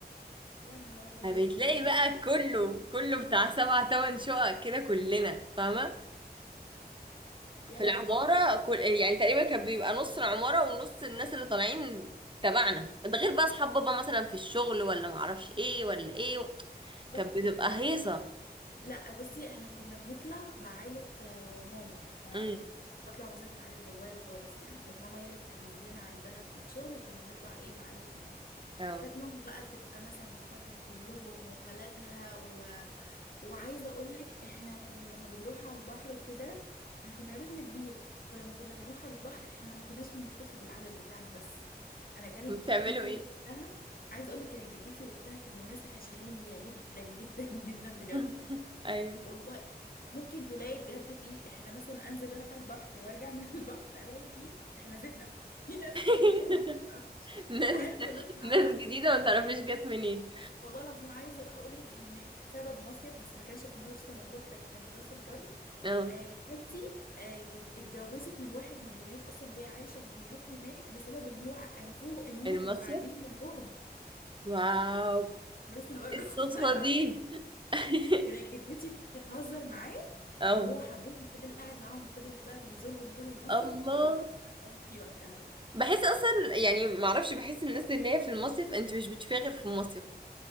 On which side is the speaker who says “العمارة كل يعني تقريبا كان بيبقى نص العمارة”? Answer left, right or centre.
Right